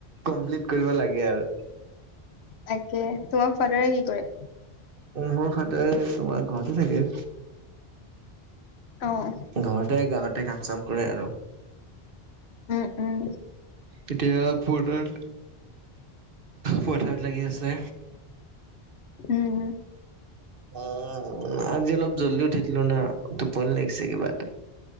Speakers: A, on the right; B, on the left.
A: কমপ্লিট কৰিব লাগে আৰু।
B: তাকে তোমাৰ ফাদাৰে কি কৰে?
A: মোৰ ফাদাৰ তোমাৰ ঘৰতে থাকে।
B: অঁ'
A: ঘৰতে গাঁৱতে কাম-চাম কৰে আৰু।
B: উম উম
A: কেতিয়াব- পথাত পথাত লাগি আছে।
B: উম'
A: ওঁ আজি অলপ জল্দি উঠি দিলো না, টোপনি লাগিছে কিবা এটা।